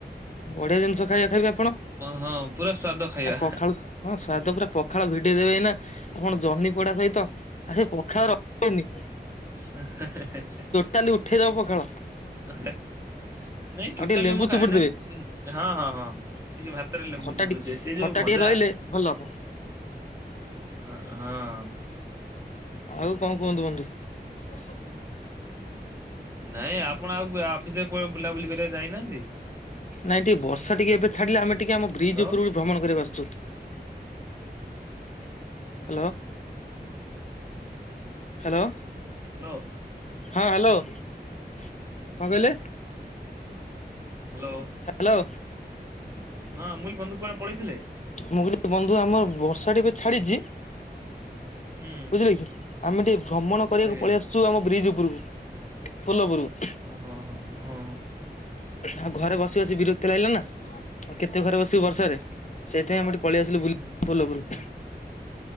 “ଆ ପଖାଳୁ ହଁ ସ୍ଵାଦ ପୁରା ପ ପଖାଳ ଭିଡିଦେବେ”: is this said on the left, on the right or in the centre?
Left